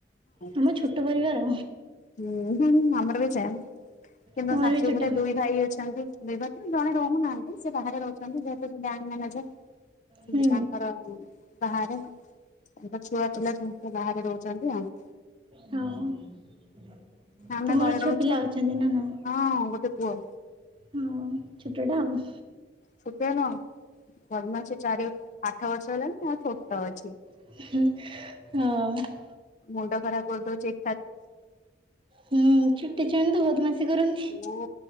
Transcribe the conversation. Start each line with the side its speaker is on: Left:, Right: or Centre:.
Right: ଆମ
Left: <unintelligible>
Right: ଛୋଟ ପରିବାର
Left: ହୁଁ ହୁ ହୁ ଆମରବି ଜାମ୍ କିନ୍ତୁ
Right: ତୁମର
Left: ଶାଶୁଘରେ
Right: ବି ଛୋଟ
Left: ଦୁଇଭାଇ ଅଛନ୍ତି। ଦି ଭାଇରୁ ଜଣେ ରହୁନାହାନ୍ତି ସେବାହାରେ ରହୁଛନ୍ତି ଯେହେତୁ ସେବ୍ୟାଙ୍କ ମ୍ୟାନେଜର। ସିଏ
Right: ହୁଁ
Left: ତାଙ୍କର ବାହାରେ। ତାଙ୍କ ଛୁଆ ପିଲା ସମସ୍ତେ ବାହାରେ ରହୁଚନ୍ତି ଆଉ।
Right: ହଁ
Left: ଆମେ
Right: ତୁମର
Left: ଘରେ
Right: ଛୁଆ
Left: ରହୁଛୁ
Right: ପିଲା ଅଛନ୍ତିନା ନାଁ?
Left: ହଁ ଗୋଟେ ପୁଅ।
Right: ହଁ ଛୋଟଟା ଆଉ?
Left: ଛୋଟିଆ ନୁହଁ ଜନ୍ମ ସେଚାରି ଆଠ ବର୍ଷ ହେଲାଣିି ଆଉ ଛୋଟ ଅଛି।
Right: ହଁ।
Left: ମୁଣ୍ଡ ଖରାପ୍ କରିଦଉଚି
Right: ହୁଁ ଛୁଟ ଛୁଆ ମାନେତ ବହୁତ୍ ବଦମାସ୍ କରନ୍ତି।
Left: ଓହୋ